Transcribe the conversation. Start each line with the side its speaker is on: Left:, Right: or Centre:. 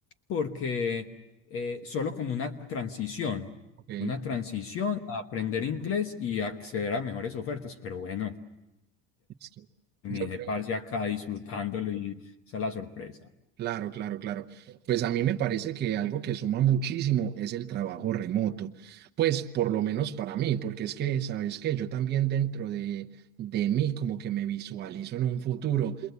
Left: porque eh, solo como una transición,
Right: ok. Es
Left: una transición a aprender inglés y acceder a mejores ofertas, pero bueno,
Right: que
Left: terminé
Right: yo creo.
Left: parce acá disfrutándolo y esa es la sorpresa
Right: Claro, claro, claro. Pues a mí me parece que algo que suma muchísimo es el trabajo remoto. Pues por lo menos para mí, porque es que, ¿sabes qué? Yo también dentro de, de mí como que me visualizo en un futuro,